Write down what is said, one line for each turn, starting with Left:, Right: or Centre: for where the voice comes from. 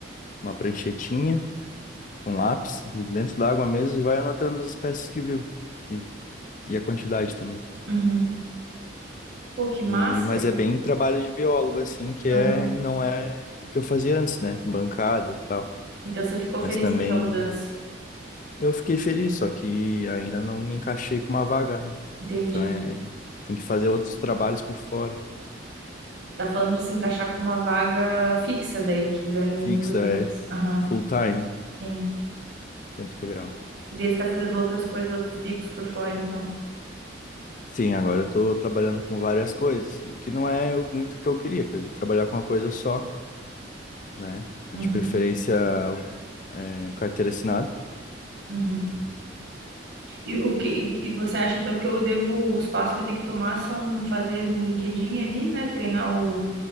Left: uma pranchetinha com lápis dentro da água mesmo e vai anotando as espécies que viu e, e a quantidade também.
Right: Uhum. Pô, que massa.
Left: E, mas é bem trabalho de biólogo, assim, que
Right: Aham.
Left: é, não é o que eu fazia antes, né? Bancada e tal.
Right: Então você ficou feliz
Left: Mas também
Right: com essa mudança.
Left: Eu fiquei feliz, só que ainda não me encaixei com uma vaga, né?
Right: Entendi.
Left: Então é, tem que fazer outros trabalhos por fora.
Right: Você tá falando de se encaixar com uma vaga fixa daí, que ganhe
Left: Fixa,
Right: por mês.
Left: é
Right: Aham,
Left: full time,
Right: sim.
Left: tempo integral.
Right: E daí você tá fazendo outras coisas, outros bicos por fora, então.
Left: Sim, agora eu tô trabalhando com várias coisas, o que não é o- muito o que eu queria, queria trabalhar com uma coisa só, né? De
Right: Uhum,
Left: preferência, é, carteira assinada.
Right: uhum. E o que e e você acha então que eu devo, os passos que eu tenho que tomar são fazer no LinkedIn ali, né? Treinar o,